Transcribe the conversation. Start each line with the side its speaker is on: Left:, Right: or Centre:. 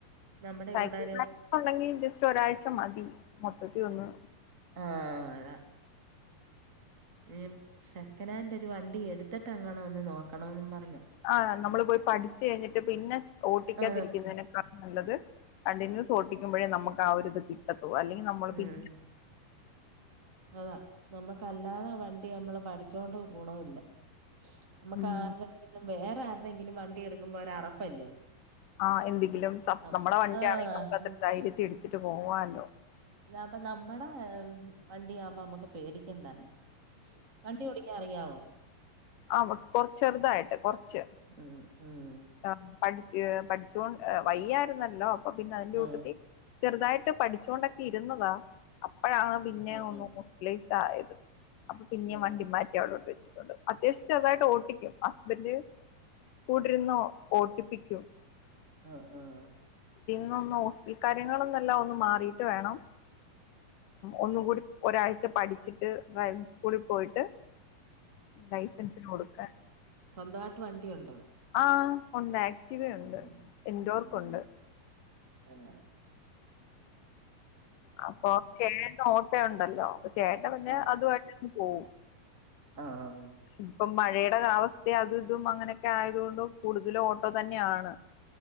Right: നമ്മുടെ
Left: സൈക്കിൾ
Right: ഇവിടെ ഒരു
Left: ബാലൻസ് ഉണ്ടെങ്കിൽ ജസ്റ്റ് ഒരാഴ്ച മതി മൊ മൊത്തത്തിൽ ഒന്നു
Right: ആ അതാ ഏഹ് സെക്കനാൻഡ് ഒരു വണ്ടി എടുത്തിട്ട് അങ്ങാണം ഒന്നു നോക്കണോന്ന് പറ
Left: ആ നമ്മള് പോയി പഠി ച്ച് കഴിഞ്ഞിട്ട് പിന്നെ. ഓട്ടിക്കാതിരിക്കുന്നതിനെക്കാൾ
Right: ആ
Left: നല്ലത് കണ്ടിന്യൂസ് ഓട്ടിക്കുമ്പഴേ നമുക്ക് ആ ഒരുത് കിട്ട ത്തൂ അല്ലെങ്കി നമ്മൾ
Right: ഉം
Left: പിന്നെ
Right: അതാ നമ്മുക്കല്ലാതെ വണ്ടി നമ്മള് പഠിച്ചുകൊണ്ട് ഗുണമില്ല നമ്മുക്കാരുതെങ്കിലും
Left: ഉം
Right: വേറെ ആ <unintelligible> ന്തെങ്കിലും വണ്ടി എടുക്കുമ്പോ ഒരറപ്പല്ലേ
Left: ആ എന്തെങ്കിലും സം
Right: നം
Left: നമ്മടെ വണ്ടിയാണെങ്കില്
Right: ആ
Left: നമുക്ക് അത്ര
Right: ഇത്
Left: ധൈര്യത്തിൽ എടു ത്തിട്ട് പോവാല്ലോ
Right: ഇതാവുമ്പോ നമ്മടെ വണ്ടിയാകുമ്പോ നമ്മക്ക് പേടിക്കണ്ടാല്ലോ വണ്ടി ഓടിക്കാൻ അറിയാവോ?
Left: ആ കൊറച്ച് ചെറുതായിട്ട് കൊറച്ച്
Right: ഉം ഉം
Left: ആ പഠിച്ച് ഏ പഠിച്ചോണ്ട് ഏ വയ്യായിരുന്നല്ലോ ഇപ്പം പിന്നെ അതിന്റെ
Right: ആ
Left: കൂട്ടത്തി ചെറുതായിട്ട് പഠിച്ചോണ്ടൊക്കെ ഇരുന്നതാ അ ആ പിന്നെ
Right: ആ
Left: ഒന്ന്
Right: ആ
Left: <unintelligible> ഇതായത് അപ്പൊ പിന്നെയും
Right: ആഹ്
Left: വണ്ടി മാറ്റി അവിടോട്ട് വെച്ചു അത്യാവശ്യം ചെറുതായിട്ട് ഓട്ടിക്കും ഹസ്ബൻഡ് കൂടിര്ന്നൊ ഓട്ടിപ്പിക്കും
Right: ആഹ് ആഹ്
Left: ഇപ്പം ഒന്ന് ഹോസ്പിൽ കാര്യങ്ങളൊന്നെല്ലാം ഒന്ന് മാറീട്ട് വേണം ഒന്നും കൂടി ഒരാഴ്ച പഠിച്ചിട്ട് ഡ്രൈവിംഗ് സ്കൂളിൽ പോയിട്ട് ലൈസൻസിന് കൊടുക്കാൻ
Right: സ്വന്തമായിട്ട് വണ്ടിയുണ്ടോ?
Left: ആ ഉണ്ട് ആ ആക്ടിവ
Right: ഉം
Left: ഉണ്ട്
Right: ഉം
Left: എൻഡോർക്ക്
Right: ഉം
Left: ഉണ്ട്
Right: ആഹ്
Left: അപ്പൊ ചേട്ടോ ഇനി ഉണ്ടല്ലോ ചേട്ട പിന്നെ
Right: ആഹ്
Left: അതുമായിട്ട് ഓഹ്
Right: ആഹ്
Left: ഇപ്പം മഴയാ നമ്മുടെ അവസ്ഥ അതും ഇതും അങ്ങനെയൊക്കെ ആയതുകൊണ്ട് കൂടുതലും ഓട്ടോ തന്നെയാണ്